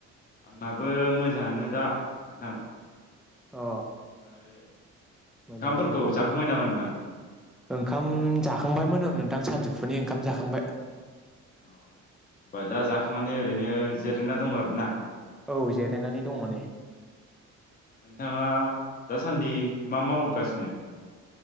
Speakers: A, on the left; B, in the centre.
A: आंनाबो मोजाङानो दा नोंथां।
B: अ
A: ओमफाय
B: मोजाङानोबाथ'
A: ओंखामफोरखौ जाखांबाय नामा नोंथां।
B: ओंखाम जाखांबायमोन ओं नोंथां सानजौफुनि ओंखाम जाखांबाय।
A: औ होमबा दा जाखांनानै ओरैनो जिरायना दं आरो ना?
B: औ जिरायनानै दङ नै।
A: नोंथाङा दासान्दि मा मावगासिनो?